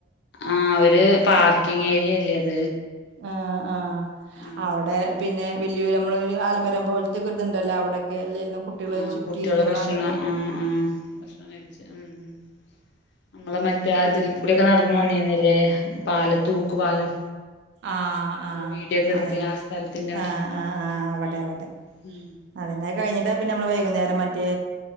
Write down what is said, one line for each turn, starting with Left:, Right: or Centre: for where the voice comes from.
Left: ആഹ് ഒരു പാർക്കിംഗ്
Right: അവിടെ
Left: ഏരിയല്ലേ അത്
Right: ആഹ് ആഹ്
Left: ആ
Right: അവടെ പിന്നെ വല്ല്യോര് നമ്മളൊരു ആൽമരം പോൽത്ത്യൊക്കൊരിത്ണ്ടല്ലോ അവിടെ ക്കെയല്ലേൽന്നോ കുട്ടികള്
Left: ആ
Right: ചുറ്റിയിരുന്ന്ങ്ങാണ്ടൊക്കെ
Left: കുട്ടികളെ ഭക്ഷണം ആ ആ ഭക്ഷണം കഴിച്ച ഉം ഉം നമ്മള് മറ്റേ ആ
Right: പിന്നെ
Left: അതിൽക്കൂടിയൊക്കെ നടന്ന് വന്നീന്നിൽ ല്ലേ പാല തൂക്ക് പാലം
Right: ആഹ്
Left: നമ്മള്
Right: ആഹ്
Left: വീഡിയോ ഒക്കെ എടുത്ത്
Right: അതന്നെ
Left: ആ സ്ഥലത്തിന്റെ അവിടെ
Right: ആഹ് ആഹ് ആഹ് അവടെ അവടെ
Left: ഉം
Right: അതന്നെ അത് കഴിഞ്ഞിട്ടാ പിന്നെ നമ്മള് വൈകുന്നേരം മറ്റേ